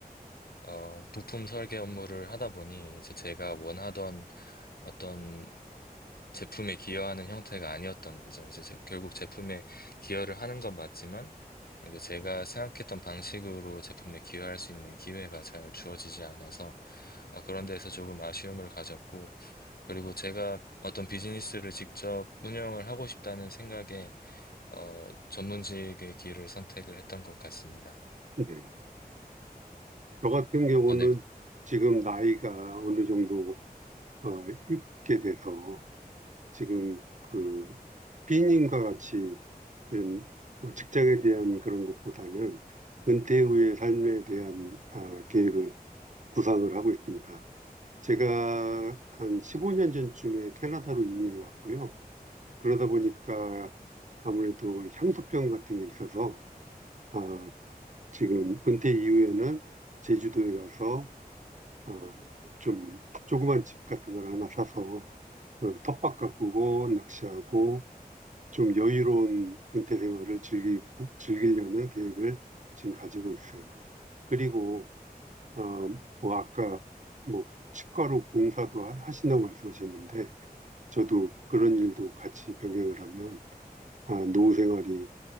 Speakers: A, on the left; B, on the right.
A: 어, 부품 설계 업무를 하다 보니 이제 제가 원하던 어떤 제품에 기여하는 형태가 아니었던 거죠. 이제 제- 결국 제품에 기여를 하는 건 맞지만 이제 제가 생각했던 방식으로 제품에 기여할 수 있는 기회가 잘 주어지지 않아서 어, 그런 데에서 조금 아쉬움을 가졌고 그리고 제가 어떤 비즈니스를 직접 운영을 하고 싶다는 생각에 어, 전문직의 길을 선택을 했던 것 같습니다.
B: 네. 저 같은 경우는
A: 아, 네,
B: 지금 나이가 어느 정도 어, 있게 돼서 지금 그 B님과 같이 이런 뭐 직장에 대한 그런 것보다는 은퇴 후의 삶에 대한 아, 계획을 구상을 하고 있습니다. 제가 한 15년 전쯤에 캐나다로 이민을 왔고요. 그러다 보니까 아무래도 향수병 같은 게 있어서 아, 지금 은퇴 이후에는 제주도에 가서 아, 좀 조그만 집 같은 걸 하나 사서 어, 텃밭 가꾸고 낚시하고 좀 여유로운 은퇴 생활을 즐기고 즐기려는 계획을 지금 가지고 있어요. 그리고 어, 뭐 아까 뭐 치과로 봉사도 하- 하신다고 말씀하셨는데 저도 그런 일도 같이 병행을 하면 아, 노후 생활이